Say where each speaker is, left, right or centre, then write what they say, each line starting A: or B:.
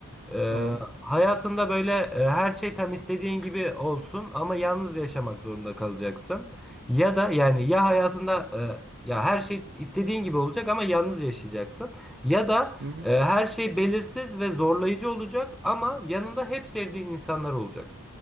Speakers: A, in the centre; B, on the right.
A: Ee,
B: Tamam.
A: hayatında böyle e, her şey tam istediğin gibi olsun ama yalnız yaşamak zorunda kalacaksın. Ya da yani ya hayatında e, ya her şey istediğin gibi olacak ama yalnız yaşayacaksın. Ya da
B: Hı hı.
A: e, her şey belirsiz ve zorlayıcı olacak ama yanında hep sevdiğin insanlar olacak.